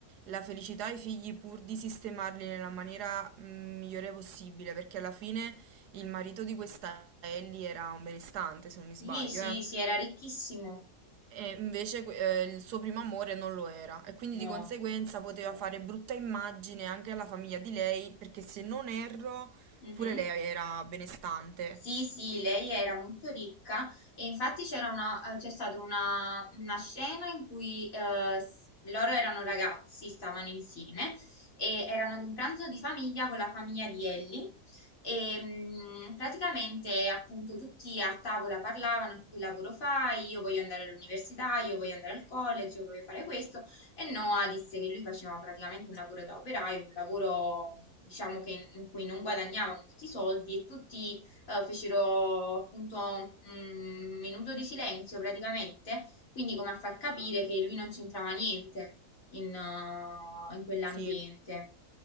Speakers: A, on the right (about 85°); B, on the left (about 60°).
A: la felicità ai figli pur di sistemarli nella maniera mm, migliore possibile, perché alla fine il marito di questa Ellie era un benestante, se non mi sbaglio,
B: Sì, sì,
A: eh.
B: sì, era ricchissimo.
A: E invece que- eh, il suo primo amore non lo era e quindi
B: No.
A: di conseguenza poteva
B: Esatto.
A: fare brutta immagine anche alla famiglia di lei, perché se non erro,
B: Mhm.
A: pure lei era benestante.
B: Sì, sì, lei era molto ricca e infatti c'era una, eh, c'è stata una, una scena in cui eh, s- loro erano ragazzi, stavano insieme e erano ad un pranzo di famiglia con la famiglia di Ellie e mm, praticamente appunto tutti a tavola parlavano, tu che lavoro fai? Io voglio andare all'università, io voglio andare al college, io voglio fare questo e Noah disse che lui faceva praticamente un lavoro da operaio, un lavoro diciamo che in in cui non guadagnava molti soldi e tutti eh, fecero appunto un minuto di silenzio praticamente, quindi come a far capire che lui non c'entrava niente in, eh, in quell'ambiente.
A: Sì,